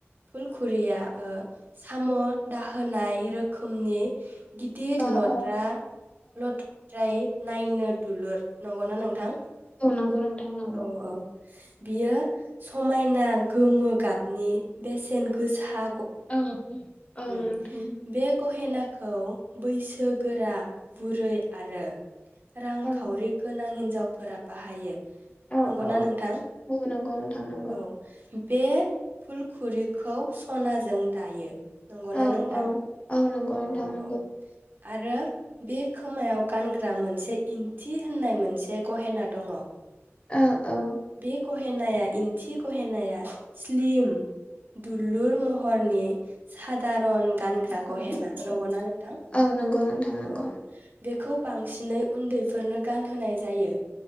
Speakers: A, on the right (about 45°); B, on the left (about 25°).
A: फुलखुरिया ओ साम' दाहोनाय रोखोमनि गिदिर
B: ओ
A: लद्रा
B: औ
A: लद्राय नायनो दुलुर नंगौना नोंथां
B: औ नंगौ नोंथां नंगौ
A: औ औ बियो समायन ना गोमो गाबनि बेसेन गोसा
B: औ।
A: उ
B: नोंथां
A: बे गहेनाखौ बैसोगोरा। बुरै आरो रांखावरि
B: औ
A: गोनां हिनजावफोरा। बाहायो।
B: औ
A: नंगौना
B: औ
A: नोंथां
B: औ नंगौ नोंथां नंगौ
A: औ। बे फुलखुरिखौ सनाजों दायो। नंगौना
B: औ
A: नोंथां।
B: औ औ नंगौ नोंथां
A: औ
B: नंगौ
A: औ। आरो बे खोमायाव गानग्रा मोनसे इन्थि होननाय मोनसे गहेना दङ।
B: औ औ
A: बे गहेनाया इन्थि गहेनाया स्लिम दुलुर महरनि <unintelligible> दारन गानग्रा। गहेना
B: औ
A: नंगौना नोंथां
B: औ नंगौ नोंथां नंगौ
A: औ बेखौ। बांसिनै उन्दैफोरनो गानहोनाय जायो।